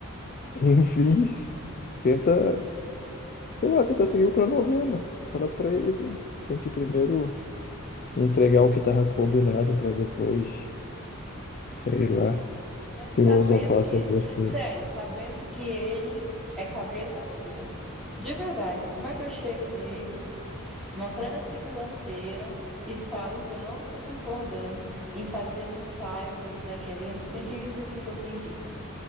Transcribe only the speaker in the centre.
Mas
sabendo que,
sério, sabendo que ele é cabeça dura. De verdade, como é que eu chego nele numa plena segunda-feira e falo que eu não tô concordando em fazer o ensaio que ele tá querendo sem que ele se sinta ofendido?